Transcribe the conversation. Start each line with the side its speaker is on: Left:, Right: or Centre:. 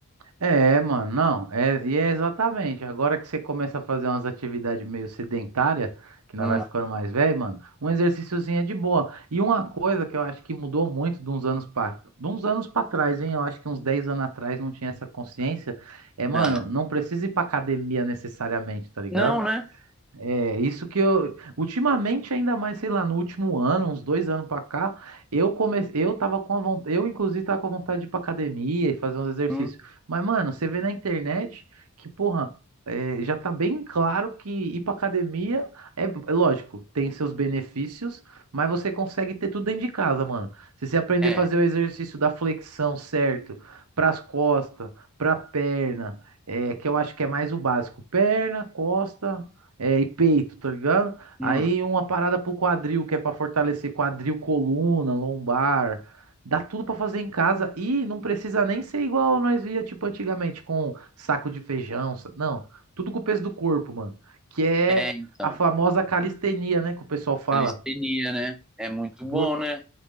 Right: É, mano, não, é, e é exatamente. Agora que você começa a fazer umas atividades meio sedentária, que nós
Centre: Hum.
Right: vai ficando mais velho, mano, um exercíciozinho é de boa. E uma coisa que eu acho que mudou muito de uns anos para de uns anos para trás, hein? Eu acho que uns 10 anos atrás não tinha essa consciência. É, mano,
Centre: Ah,
Right: não precisa ir pra academia necessariamente, tá ligado?
Centre: Não, né?
Right: É, isso que eu. Ultimamente, ainda mais, sei lá, no último ano, uns dois anos pra cá, eu comecei. Eu tava com a vontade. Eu, inclusive, tava com vontade de ir pra academia e fazer uns exercícios.
Centre: Hum,
Right: Mas, mano, você vê na internet que, porra, é, já tá bem claro que ir pra academia é, é lógico, tem seus benefícios, mas você consegue ter tudo dentro de casa, mano. Se você aprender
Centre: É,
Right: a fazer o exercício da flexão certo, pras costas, pra perna. É, que eu acho que é mais o básico. Perna, costa, é, e peito, tá ligado?
Centre: hum.
Right: Aí uma parada pro quadril, que é pra fortalecer quadril, coluna, lombar. Dá tudo pra fazer em casa e não precisa nem ser igual nós via, tipo, antigamente, com saco de feijão. sa- Não, tudo com o peso do corpo, mano. Que é
Centre: é, então.
Right: a famosa calistenia, né? Que o pessoal fala.
Centre: Calistenia, né? É muito
Right: Vo-
Centre: bom, né?